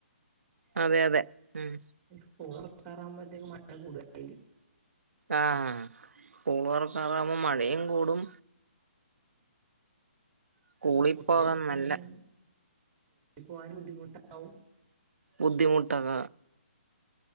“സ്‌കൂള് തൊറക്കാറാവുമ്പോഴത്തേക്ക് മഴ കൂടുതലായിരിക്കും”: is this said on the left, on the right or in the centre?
Right